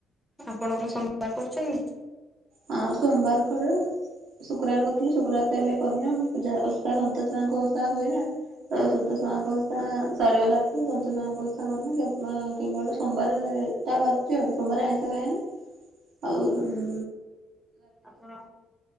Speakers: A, in the centre; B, on the right.
A: ଆପଣଙ୍କ ସୋମବାର କରୁଛନ୍ତି?
B: ହଁ ସୋମବାର କରେ ଶୁକ୍ରବାର କଥା ଶୁକ୍ରବାର ଏବେ କରିନ ପୂଜା ସନ୍ତୋଷି ମାନଙ୍କ ଓଷା ହୁଏ ନା। ତ ସନ୍ତୋଷି ମାଙ୍କ ଓଷା ସରିଗଲାଠୁ ସନ୍ତୋଷି ମାଙ୍କ ଓଷା କରୁନି କେବଳ ସୋମବାର ଏଟା ବାରୁଛି ଆଉ ସୋମବାର ଆଇଁଷ ଖାଏନି ଆଉ ଉଁ।
A: ଆପଣ